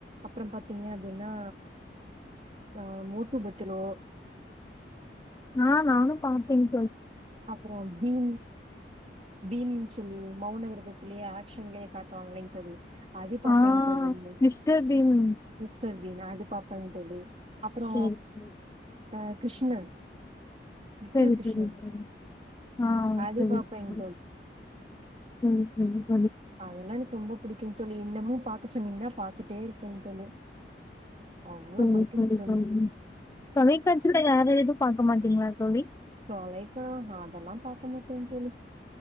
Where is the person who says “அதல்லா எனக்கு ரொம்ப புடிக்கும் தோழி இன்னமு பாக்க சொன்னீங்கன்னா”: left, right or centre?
Right